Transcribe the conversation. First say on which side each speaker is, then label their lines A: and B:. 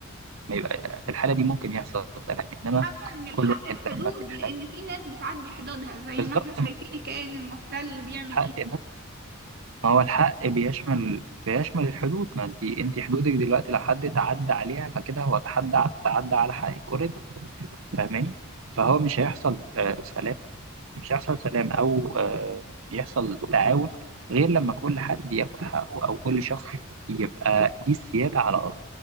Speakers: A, on the right; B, on the right.
A: يبقى في الحاله دي ممكن يحصل سلام انما
B: أما من الحق
A: كل واحد
B: الحدود
A: لما بيحاول
B: لأن في ناس بتعدي حدودها زي
A: بالظبط
B: ما احنا شايفين الكيان المحتل بيعمل
A: حق
B: ايه
A: ده ما هو الحق بيشمل بيشمل الحدود ما انت انت حدودك دلوقتي لو حد تعدى عليها فكده هو تعدى تعدى على حق الكورة دي فاهماني فهو مش هيحصل آه، سلام مش هيحصل سلام او آه، يحصل تعاون غير لما كل حد ياخد حقه او كل شخص يبقى ليه السيادة على ارضه